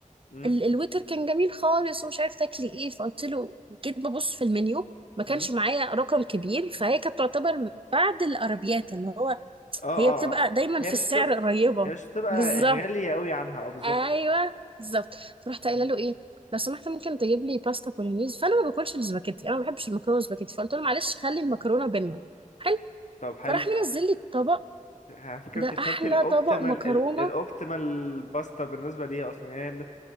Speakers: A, on the left; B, on the right.
A: امم
B: ال الويتر كان جميل خالص ومش عارف تاكلي ايه فقلت له جيت ببص في المنيو ما كانش
A: امم
B: معايا رقم كبير فهي كانت تعتبر بعد الارابيات اللي هو
A: اه اه
B: هي بتبقى
A: اه
B: دايما
A: هي
B: في
A: مش
B: السعر
A: بتبقى
B: قريبه
A: هي مش بتبقى
B: بالظبط
A: غالية قوي عنها اه بالظبط
B: ايوه بالظبط فرحت قايله
A: مم.
B: له ايه لو سمحت ممكن تجيب لي باستا بولونيز فانا ما باكلش السباكيتي انا ما بحبش المكرونه والسباكيتي فقلت له معلش خلي المكرونه بينا حلو
A: طب حلو
B: فراح منزل لي الطبق
A: على فكرة
B: ده
A: انت اخترتي
B: احلى
A: الاوبتيمال
B: طبق مكرونه
A: ال- الاوبتيمال باستا بالنسبة ليها اصلا يعني ب-